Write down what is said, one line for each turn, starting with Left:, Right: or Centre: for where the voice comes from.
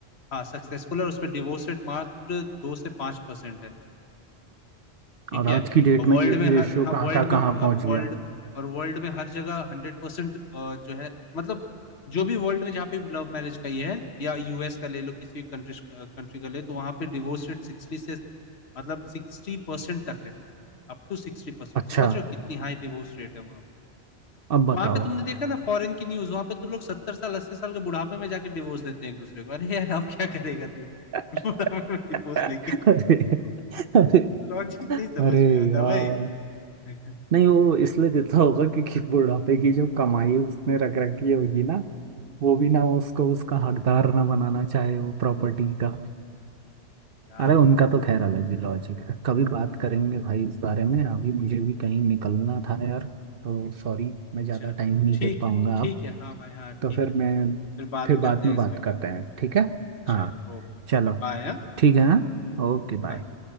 Left: हाँ सक्सेसफुल है और उसमें डिवोर्स रेट मात्र दो से पांच परसेंट है ठीक
Right: और
Left: है
Right: आज की डेट
Left: और वर्ल्ड
Right: में यही
Left: में हर
Right: रेशियो
Left: हाँ, वर्ल्ड
Right: कहाँ का
Left: में वर्ल्ड
Right: कहाँ पहुंच गया
Left: और वर्ल्ड में हर जगह हंड्रेड परसेंट जो है मतलब जो भी वर्ल्ड में जहाँ पे लव मैरिज का ये है या यूएस का ले लो किसी भी कंट्री कंट्री का ले तो वहाँ पे डिवोर्स रेट सिक्सटी से मतलब सिक्सटी परसेंट तक है अप टू सिक्सटी परसेंट
Right: अच्छा
Left: समझ रहे हो कितनी हाई डिवोर्स रेट है वहाँ पे
Right: अब बताओ
Left: वहाँ पे तुमने देखा ना फॉरेन की न्यूज वहाँ पे तो लोग सत्तर साल अस्सी साल के बुढ़ापे में जाके डिवोर्स देते हैं एक दूसरे को अरे यार अब क्या करेगा तू <laughs>
Right: <laughs>
Left: बुढ़ापे में डिवोर्स लेके
Right: अरे अरे
Left: लॉजिक नहीं समझ
Right: अरे
Left: में आता
Right: यार
Left: भाई <laughs>
Right: नहीं वो इसलिए देता होगा क्योंकि बुढ़ापे की जो कमाई उसने रख रखी होगी ना वो भी ना उसको उसका हकदार ना बनाना चाहे वो प्रॉपर्टी का
Left: क्या
Right: अरे उनका
Left: बोलूं
Right: तो खैर अलग ही लॉजिक है कभी बात करेंगे भाई इस बारे में अभी मुझे भी कहीं निकलना था यार तो सॉरी मैं ज़्यादा
Left: चलो
Right: टाइम नहीं
Left: ठीक
Right: दे पाऊंगा
Left: है ठीक
Right: अब
Left: है हाँ भाई हाँ ठीक
Right: तो फिर
Left: है
Right: मैं
Left: फिर बात
Right: फिर
Left: करते
Right: बाद में
Left: हैं इस
Right: बात
Left: पे कभी
Right: करते हैं ठीक है
Left: चलो
Right: हाँ
Left: ओके
Right: चलो
Left: ओके बाय हाँ
Right: ठीक है हाँ Okay
Left: बाय
Right: bye